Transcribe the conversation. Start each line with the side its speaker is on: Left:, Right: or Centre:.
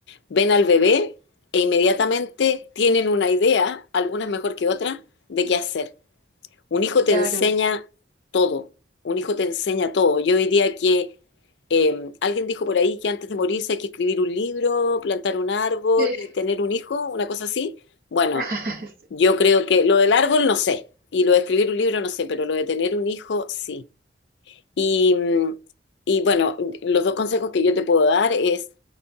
Left: Ven al bebé e inmediatamente tienen una idea, algunas mejor que otras, de qué hacer. Un hijo te
Right: Claro.
Left: enseña todo, un hijo te enseña todo. Yo diría que eh, alguien dijo por ahí que antes de morirse hay que escribir un libro, plantar un árbol
Right: Sí.
Left: y tener un hijo, una cosa así. Bueno,
Right: <laughs>
Left: yo creo que lo del árbol no sé, y lo de escribir un libro no sé, pero lo de tener un hijo sí. Y, mm, y bueno, los dos consejos que yo te puedo dar es